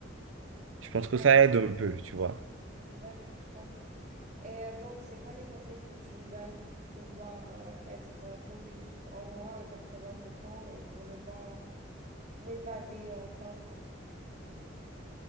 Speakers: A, on the right; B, on the right.
A: Je pense que
B: D'ac-
A: ça aide un peu, tu vois.
B: D'accord, je comprends. Et euh, donc, c'est quoi les conseils que tu me donnes pour pouvoir euh, être euh, focus en moins à 80% et pour ne pas m'évader en plein cours?